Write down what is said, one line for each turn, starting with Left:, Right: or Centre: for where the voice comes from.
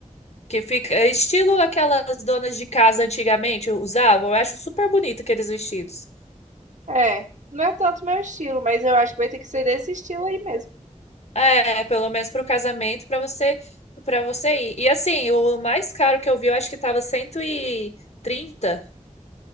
Left: Que fica é estilo aquelas donas de casa antigamente usavam. Eu acho super bonito aqueles vestidos.
Right: É. Não é tanto meu estilo, mas eu acho que vai ter que ser desse estilo aí mesmo.
Left: É, pelo menos pro casamento, pra você para você ir. E assim, o mais caro que eu vi, eu acho que tava cento e trinta